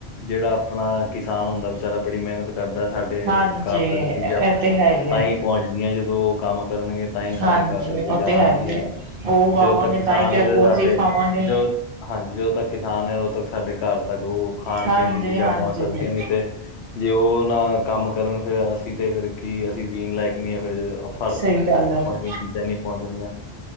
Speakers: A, on the left; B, on the right.
A: ਜੇੜਾ ਆਪਨਾ ਕਿਸਾਨ ਹੁੰਦਾ ਵਿਚਾਰਾ ਬੜੀ ਮੇਹਨਤ ਕਰਦਾ ਸਾਡੇ
B: ਹਾਂਜੀ
A: ਘਰ
B: ਇਹ
A: ਤੱਕ ਚੀਜ਼ਾਂ
B: ਤੇ ਹੈ ਹੀ
A: ਤਾਂਈ
B: ਹੈ
A: ਪਹੁੰਚਦੀਆਂ ਜਦੋਂ ਓ ਕੰਮ ਕਰਨਗੇ। ਤਾਂਈ ਸਾਡੇ
B: ਹਾਂਜੀ
A: ਘਰ ਤੱਕ
B: ਉਹ
A: ਚੀਜ਼ਾਂ
B: ਤੇ ਹੈ
A: ਆਨਗੀਆਂ,
B: ਹੀ ਹੈ ਉਹ ਉਗਾਵਾਂਗੇ
A: ਜਦੋ ਤੱਕ ਕਿਸਾਨ
B: ਤਾਂ ਹੀ ਤੇ ਅੱਗੋਂ
A: ਦੇ ਸਾਡੇ
B: ਅਸੀਂ ਖਾਵਾਂਗੇ
A: ਜੋ ਹਾਂਜੀ ਜਦੋਂ ਤੱਕ ਕਿਸਾਨ ਐ ਓਦੋਂ ਤੱਕ ਸਾਡੇ ਘਰ ਤੱਕ ਓ ਖਾਣ
B: ਹਾਂਜੀ
A: ਪੀਨ ਦੀ ਚੀਜ਼ਾਂ
B: ਹਾਂਜੀ
A: ਪਹੁੰਚ ਸਕਦੀਆਂ ਨੇ ਤੇ ਜੇ ਓ ਨਾ ਕੰਮ ਕਰਨ ਫੇਰ ਅਸੀਂ ਤੇ ਫੇਰ ਕੀ ਅਸੀਂ ਜੀਨ ਲਾਇਕ ਨਈ ਐਹ ਫਿਰ ਅਪ
B: ਸਈ ਗੱਲ ਐ ਫੇਰ।
A: ਏ ਚੀਜ਼ਾਂ ਨਈ ਪਹੁੰਚਨੀਆਂ,